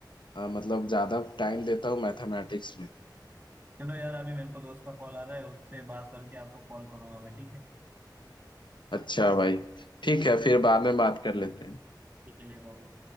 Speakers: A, on the left; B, on the right.
A: अ, मतलब ज्यादा टाइम देता हूँ मैथमेटिक्स में
B: चलो यार अभी मेरे को दोस्त का कॉल आ रहा है उससे बात करके आपको कॉल करूंगा मैं ठीक है
A: अच्छा भाई ठीक है
B: ओके
A: फिर बाद में बात कर लेते हैं
B: चलिए बहुत